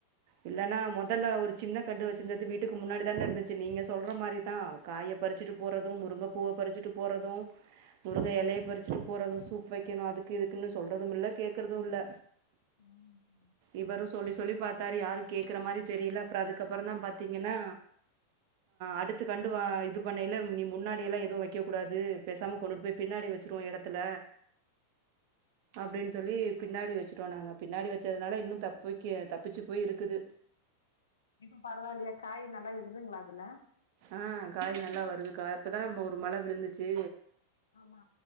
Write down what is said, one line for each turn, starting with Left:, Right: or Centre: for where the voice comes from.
Right: இல்லன்னா முதல்ல ஒரு சின்ன கண்டு வச்சிருந்தது வீட்டுக்கு முன்னாடிதானே நடந்துச்சு நீங்க சொல்ற மாதிரிதா காய பறிச்சுட்டு போறதும் முருங்கைப்பூவ பறிச்சுட்டு போறதோ முருங்கை இலையை பறிச்சுட்டு போறதுங்க சூ வெக்கணோ அதுக்கு இதுக்குன்னு சொல்றதும் இல்ல கேக்குறதோ இல்ல
Left: ஆமா ஆமா
Right: இவரோ சொல்லி
Left: அது
Right: சொல்லி பார்த்தாரு யாரு கேக்குற மாரி தெரியுல அப்புறம்ந்தான் பாத்தீங்கன்னா அடுத்து கண்டு வா இது பண்ணல நீ முன்னாடியெல்லாம் எதுவும் வெக்க கூடாது பேசாமல் கொண்டுட்டு போய் பின்னாடி வெச்சுருவோம் எடத்துல அப்படின்னு சொல்லி பின்னாடி வெச்சுருோ நாங்க பின்னாடி வெச்சதுனால இன்னோ தப்பிக்க தப்பிச்சு போய் இருக்குது
Left: இப்ப பரவாயில்லையா காய் நல்லா விடுதுங்களா அதுல
Right: ஆஹ் காய் நல்லா வருது கா காய் இப்பதானே நம்ம ஒரு மழை விழுந்துச்சு
Left: ஆமா